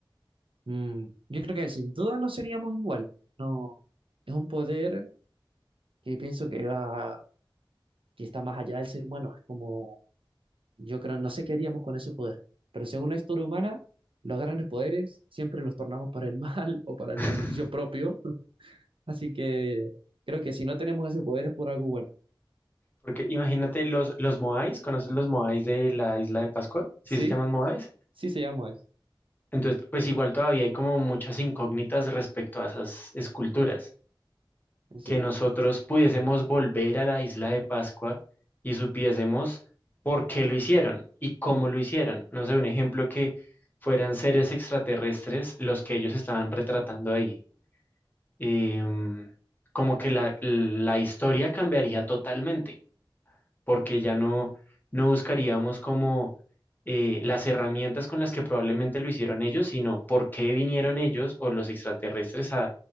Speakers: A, on the right; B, on the left.
A: Mm, yo creo que sin duda no seríamos igual. No, es un poder que pienso que va, que está más allá del ser humano. Es como, yo creo, no sé qué haríamos con ese poder. Pero según la historia humana, los grandes poderes siempre los tornamos para el mal <laughs> o para el
B: <laughs>
A: beneficio propio Así que creo que si no tenemos ese poder es por algo bueno.
B: Porque imagínate los, los Moais, ¿conoces los Moais de la isla de Pascua? ¿Sí
A: Sí,
B: se llaman Moais?
A: sí se llama Ice,
B: Entonces, pues igual todavía hay como muchas incógnitas respecto a esas esculturas.
A: es cierto.
B: Que nosotros pudiésemos volver a la isla de Pascua y supiésemos por qué lo hicieron y cómo
A: Mm,
B: lo hicieron. No sé, un ejemplo que fueran seres extraterrestres los que ellos estaban retratando ahí. em, como que la, la historia cambiaría totalmente, porque ya no, no buscaríamos como eh, las herramientas con las que probablemente lo hicieron ellos, sino por qué vinieron ellos o los extraterrestres a,